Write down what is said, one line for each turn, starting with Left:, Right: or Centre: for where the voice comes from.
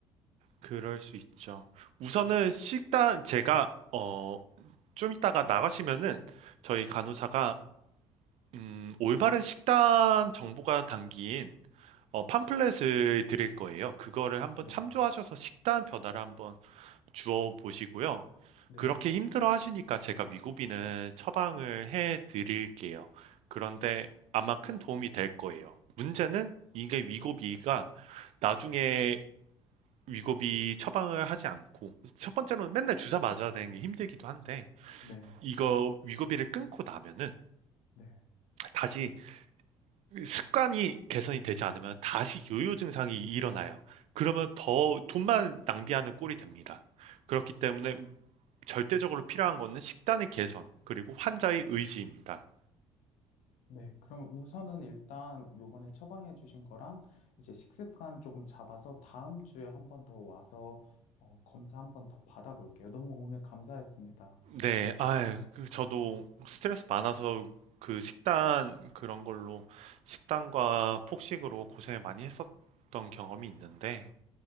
Right: 그럴 수 있죠. 우선은 식단 제가 어, 좀 이따가 나가시면은 저희 간호사가 음, 올바른 식단 정보가 담긴 어, 팜플렛을 드릴 거예요. 그거를 한번
Left: 네,
Right: 참조하셔서 식단 변화를 한번 주어 보시고요.
Left: 네,
Right: 그렇게 힘들어 하시니까 제가 위고비는 처방을 해 드릴게요. 그런데 아마 큰 도움이 될 거예요. 문제는 이게 위고비가 나중에 위고비 처방을 하지 않고 첫 번째로는 맨날 주사 맞아야 되는 게 힘들기도 한데
Left: 네,
Right: 이거 위고비를 끊고 나면은
Left: 네.
Right: 다시 그 습관이 개선이 되지 않으면 다시 요요 증상이 일어나요. 그러면 더 돈만 낭비하는 꼴이 됩니다. 그렇기 때문에 절대적으로 필요한 것은 식단의 개선, 그리고 환자의 의지입니다.
Left: 네, 그러면 우선은 일단 요번에 처방해 주신 거랑 이제 식습관 조금 잡아서 다음 주에 한 번 더 와서 어, 검사 한 번 더 받아볼게요. 너무 오늘 감사했습니다.
Right: 네, 아 저도 스트레스 많아서 그 식단 그런 걸로 식단과 폭식으로 고생을 많이 했었던 경험이 있는데